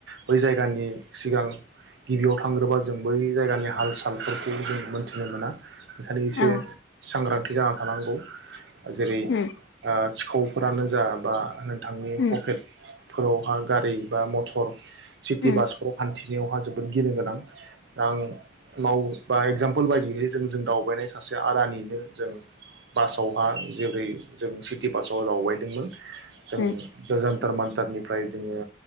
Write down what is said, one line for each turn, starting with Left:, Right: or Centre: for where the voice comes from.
Right: बै जायगानि सिगां गिबियाव थांग्रोबा जों बै जायगानि हाल सालफोरखौ जों मोनथिनो मोना ओंखायनो एसे
Left: औ
Right: सांग्रांथि जाना थानांगौ जेरै
Left: उम
Right: सिखावफोरानो जा बा नोंथांनि
Left: उम
Right: पकेटफोरावहा गारि बा मथर सिटि
Left: उम
Right: बासफोराव हान्थिनायावहा जोबोद गिनो गोनां आं माव बा एगजामपोल बायदिहै जों जों दावबायनाय सासे आरानिनो जों बासावहा जेरोरै जों सिटि बासाव दावबायदोंमोन जों
Left: उम उम
Right: गोजानथार मान्थारनिफ्राय जोङो